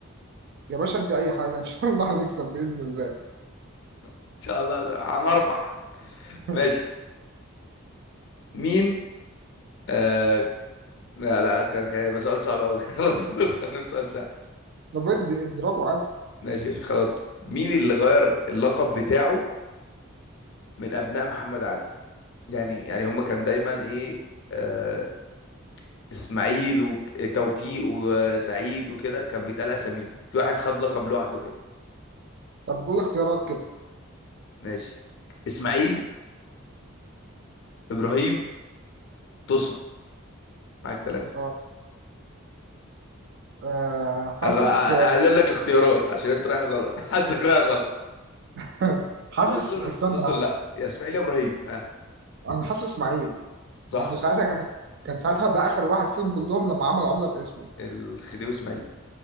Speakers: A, on the right; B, on the left.
A: يا باشا ادي اي حاجه ان شاء الله هنكسب باذن الله
B: ان شاء الله هنربح
A: <laughs>
B: ماشي مين آه... لا لا كان كان هيبقى سؤال صعب قوي <laughs> خلاص خلاص خلينا في سؤال سهل
A: طب ادي اضربه عادي
B: ماشي ماشي خلاص مين اللي غير اللقب بتاعه من ابناء محمد علي يعني يعني هم كان دايما ايه آه، اسماعيل وتوفيق وسعيد وكده كان بيتقال اساميهم في واحد خد لقب لوحده كده
A: طب قول اختيارات كده
B: ماشي اسماعيل ابراهيم توسن معاك ثلاثة
A: اه آه، حاسس
B: هقلل لك الاختيارات عشان انت رايح غلط <laughs> حاسك رايح غلط
A: <laughs> حاسس
B: توسن
A: استنى
B: توسن لا يا اسماعيل يا ابراهيم ها
A: انا حاسس اسماعيل
B: صح
A: لانه ساعتها كان كان ساعتها ده اخر واحد فيهم كلهم لما عمل عمله باسمه
B: الخديوي اسماعيل